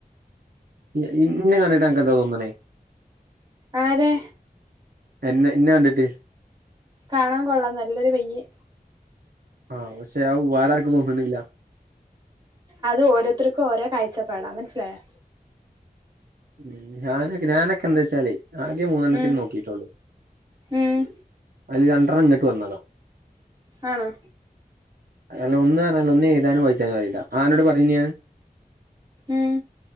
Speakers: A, on the right; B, on the right.
A: ഇ ഇന്നെ കണ്ടിട്ട് അൻകെന്താ തോന്ന്ണേ
B: ആരെ
A: എന്നെ ഇന്നെ കണ്ടിട്ട്
B: കാണാം കൊള്ളാവുന്ന നല്ലൊരു പയ്യെൻ
A: ആഹ് പക്ഷെ അഅു വാറാർക്കും തോന്ന്ണില്ല
B: അത് ഓരോത്തർക്കും ഓരോ കാഴ്ചപ്പാടാ മനസ്സിലായോ
A: ഉം ഞാനക്കെ ഞാനെക്കെന്താച്ചാലേ ആകെ മൂന്നെണ്ണത്തിനെ
B: ഉം
A: നോക്കീട്ടൊള്ളു
B: ഉം
A: അയ്ൽ രണ്ടെർണ്ണം ഇങ്ങട്ട് വന്നതാ
B: ആണോ
A: അയ്‌ല് ഒന്ന്ർഞ്ഞാല് ഒന്ന് എഴ്താനും വായ്ച്ചാനും അറീല്ല ആന്നോട് പറഞ്ഞീനോ ഞാൻ
B: ഉം